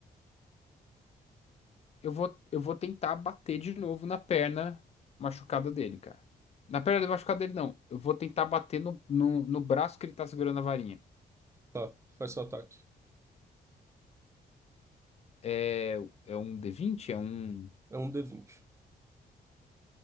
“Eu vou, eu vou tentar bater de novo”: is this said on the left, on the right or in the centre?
Left